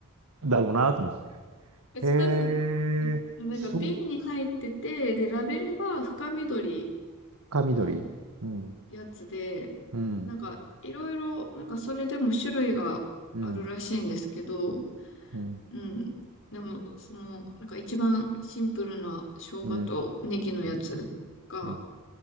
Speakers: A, on the right (about 75°); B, on the left (about 60°).
A: だろうなと思って。
B: そうそう。
A: へえ。
B: なんか瓶に入ってて、
A: しょう、
B: で、ラベルが深緑
A: か緑。
B: の
A: うん。
B: やつで、
A: うん。
B: なんか、いろいろ、なんかそれでも種類があるらしいんですけど、
A: うん。うん、
B: うん。でも、その、なんか一番シンプルな生姜とネギのやつが
A: うん、うん、うん。